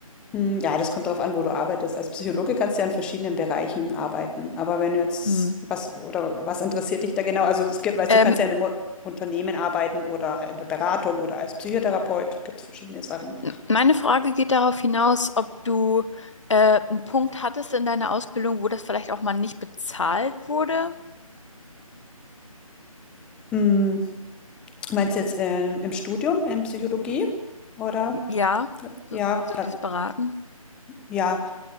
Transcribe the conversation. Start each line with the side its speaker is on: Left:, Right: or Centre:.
Centre: Hm, Ja, das kommt darauf an, wo du arbeitest. Als Psychologe kannst du ja in verschiedenen Bereichen arbeiten. Aber wenn du jetzt
Left: Hm.
Centre: was oder was interessiert dich da genau? Also es gibt, weißt
Left: Ähm,
Centre: du, kannst ja in einem U- Unternehmen arbeiten oder in der Beratung oder als Psychotherapeut. Gibt es verschiedene Sachen.
Left: m- meine Frage geht darauf hinaus, ob du äh, einen Punkt hattest in deiner Ausbildung, wo das vielleicht auch mal nicht bezahlt wurde.
Centre: Hm, Meinst du jetzt äh, im Studium, in Psychologie? Oder?
Left: Ja, so,
Centre: Ja,
Left: so
Centre: äh,
Left: dieses Beraten.
Centre: ja.